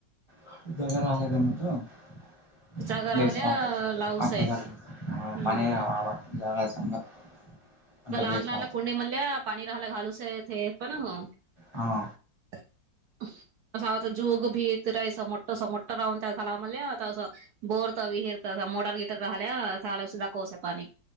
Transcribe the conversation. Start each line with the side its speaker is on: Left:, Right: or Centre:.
Left: <unintelligible> <unintelligible>
Right: जागा राहिल्या लावूस आहे हम्म
Left: म्हटलं
Right: आता लहान
Left: बेस
Right: लहानला
Left: राहत
Right: कुणी म्हणल्या पाणी घाला घालू <unintelligible> पण हे.
Left: हा.
Right: <unintelligible> असं वाता जूक भी इतरही स मोटं स मोट राऊंड त्याच आम्हाला लई हसावसं बोर च विहीर च मोटर गीटर राहिल्या सला सुद्धा कोस पाणी